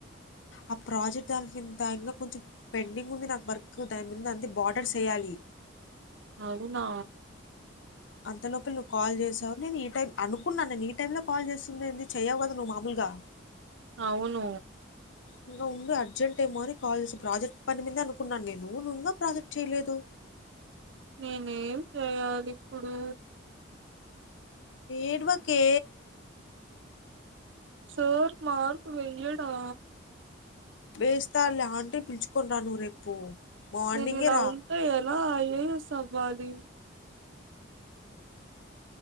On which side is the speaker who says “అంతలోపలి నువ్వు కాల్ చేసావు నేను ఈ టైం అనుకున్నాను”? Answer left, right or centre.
Left